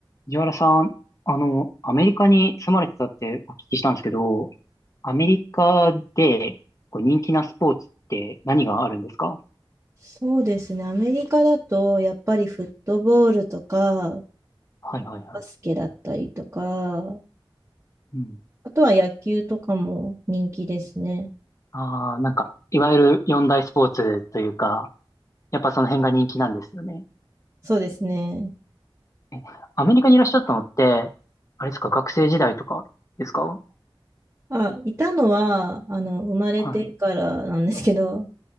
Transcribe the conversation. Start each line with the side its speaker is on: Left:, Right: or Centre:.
Left: 藤原さん、あの、アメリカに住まれてたってお聞きしたんですけど、アメリカでこう人気なスポーツって何があるんですか
Right: そうですね。アメリカだと、やっぱりフットボールとか、
Left: はいはいはい。
Right: バスケだったりとか、
Left: うん。
Right: あとは野球とかも人気ですね。
Left: ああ、なんか、いわゆる四大スポーツというか、やっぱその辺が人気なんですよね。
Right: そうですね。
Left: え、アメリカにいらっしゃったのって、あれですか、学生時代とかですか
Right: あ、いたのは、あの、生まれてからなんですけど、
Left: はい。